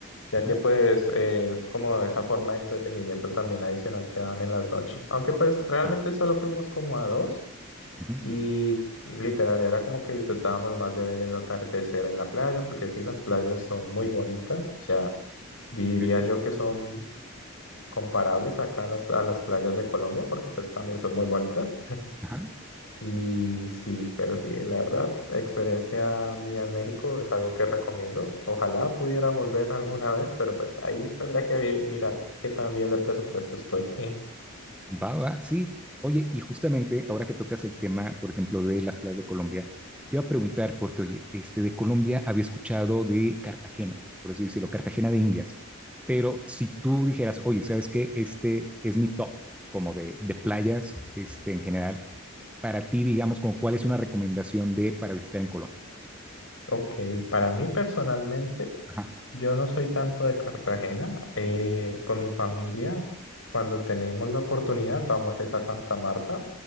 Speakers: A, on the left; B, in the centre.
A: ya
B: Uh
A: que
B: -huh,
A: pues eh, es como esa forma de entretenimiento también adicional que daban en las noches. Aunque pues realmente
B: claro.
A: solo fuimos como a dos
B: Uh-huh.
A: y literal era como que disfrutábamos más de ver el atardecer en la playa, porque sí, las playas son muy bonitas, o sea, diría
B: Sí, sí.
A: yo que son comparables acá a las, a las playas de Colombia, porque pues también son muy bonitas.
B: Ajá.
A: Y sí, pero sí, la verdad, experiencia mía en México es algo que recomiendo. Ojalá pudiera volver alguna vez, pero pues ahí tendría que vi- mirar qué tan bien de presupuesto estoy. <laughs>
B: Va, va, sí. Oye, y justamente ahora que tocas el tema, por ejemplo, de las playas de Colombia, te iba a preguntar, porque, oye, este, de Colombia había escuchado de Cartagena, por así decirlo, Cartagena de Indias, pero si tú dijeras, oye, ¿sabes qué? Este es mi top, como de, de playas, este, en general, para ti, digamos, como cuál es una recomendación de para visitar en Colombia.
A: Ok, para mí personalmente,
B: Ajá,
A: yo no soy tanto de Cartagena. eh, con mi familia, cuando tenemos la oportunidad, vamos es a Santa Marta.